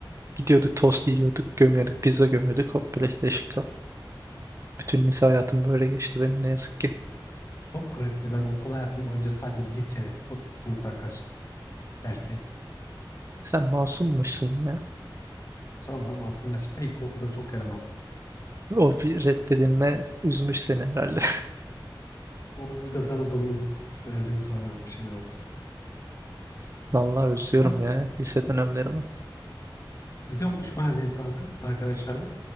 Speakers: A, on the right; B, on the left.
A: Gidiyorduk tost yiyorduk, gömüyorduk, pizza gömüyorduk. Hop PlayStation Bütün lise hayatım böyle geçti benim ne yazık ki.
B: çok gariptir. Ben okul hayatım boyunca sadece bir kere bu sınıftan kaçtım. Derse gittim.
A: Sen masummuşsun ya.
B: Sonra da masumlaştı. İlkokulda çok yaramazdım.
A: O bir reddedilme üzmüş seni herhalde.
B: O Ilgaz Anadolu'nun söyledim sonra bir şeyler oldu.
A: <laughs> Vallahi özlüyorum
B: Ama
A: ya lise dönemlerimi.
B: sizde buluşma yani kanka arkadaşlarla.